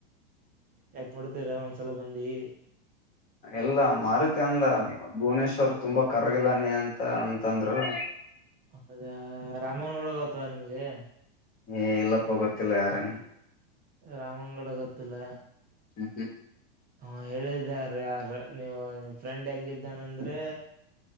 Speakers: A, on the right (about 30°); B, on the left (about 30°).
A: ಯಾಕ ಮಾಡಡ್ತೀರ ಒಂದ್ಸಲ ಬಂದಿ.
B: ಎಲ್ಲ ಮಾರುತಿ ಅಂದ ಭುವನೇಶ್ವರ್ ತುಂಬಾ ಕರಗಿದಾನೆ ಅಂತ ಮ ಅಂತಂದ್ರರು
A: ಹೌದಾ ರಾಮನ್ ಹಗತ್ವಾ ನಿಮಗೆ
B: ಏ ಇಲ್ಲಪ್ಪ ಗೊತ್ತಿಲ್ಲ ಯಾರೇನು
A: ರಾಮಂಗಡ ಗೊತ್ತಿಲ್ಲ
B: ಹ್ಮ ಹ್ಮ
A: ಹಾ ಹೇಳಿದಾರ ಯಾರ ನೀವು ಫ್ರೆಂಡ್ ಹೆಂಗಿದ್ದಾನಂದ್ರೆ